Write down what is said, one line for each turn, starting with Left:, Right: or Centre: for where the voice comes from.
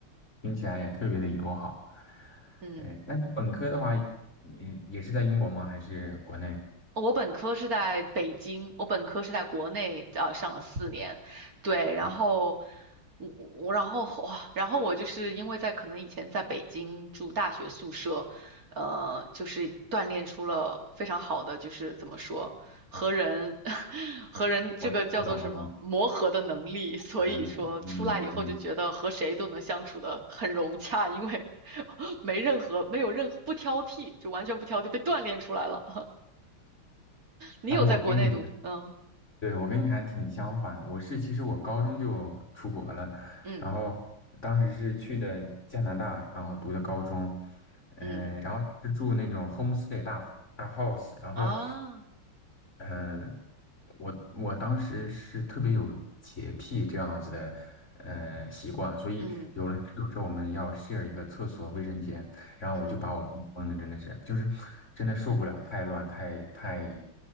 Left: 听起来也特别的友好。
Right: 嗯。
Left: 对，那你本科的话，也也是在英国吗？还是国内？
Right: 我本科是在北京，我本科是在国内呃上了四年，对，然后
Left: 我
Right: 我我然后哇，然后我就是因为在可能以前在北京住大学宿舍，呃，就是锻炼出了非常好的就是怎么说和人 <laughs> 和人这个叫做什么磨合的能力，
Left: 我我懂我懂，
Right: 所以说出来以后就觉得和谁都能相处的很融洽，
Left: 可能也，嗯嗯。
Right: 因为 <laughs> 没任何没有任何不挑剔，就完全不挑剔，被锻炼出来了。你有在国内读？
Left: 那我跟你
Right: 嗯
Left: 对，我跟你还挺相反的，我是其实我高中就出国了，
Right: 嗯
Left: 然后当时是去的加拿大，然后读的高中，嗯、
Right: 嗯
Left: 然后是住那种 homestay 大大 house，然后
Right: 啊，
Left: 呃，我我当时是特别有洁癖这样子的，呃，习惯，所以有了室友之后，
Right: 嗯
Left: 我们要 share 一个厕所卫生间，然后我就把我逼疯了，
Right: 嗯，
Left: 真的是，就是真的受不了，太乱，太太